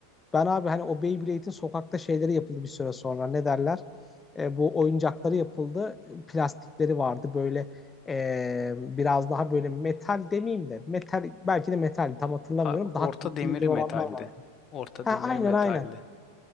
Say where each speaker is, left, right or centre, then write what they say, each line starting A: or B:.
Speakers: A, on the left; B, on the left.
A: Ben abi hani o Beyblade'in sokakta şeyleri yapıldı bir süre sonra. Ne derler? E, bu oyuncakları yapıldı. Plastikleri vardı böyle e, biraz daha böyle metal demeyeyim de metal belki de metal tam hatırlamıyorum.
B: abi
A: Daha
B: orta
A: kaliteli
B: demiri
A: olanlar
B: metaldi.
A: vardı.
B: Orta
A: Ha,
B: demiri
A: aynen
B: metaldi.
A: aynen.